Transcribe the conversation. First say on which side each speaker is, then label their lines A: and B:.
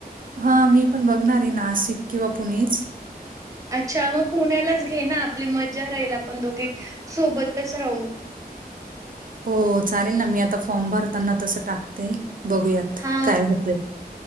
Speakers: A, on the right (about 60°); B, on the right (about 20°).
A: हा मी पण बघणार आहे नाशिक किंवा पुणेच
B: अच्छा मग पुण्यालाच घे ना आपली मज्जा राहील आपण दोघी सोबतच राहू
A: हो चालेल ना मी आता फॉर्म भरताना तसं टाकते बघूयात
B: हा
A: काय होतंय.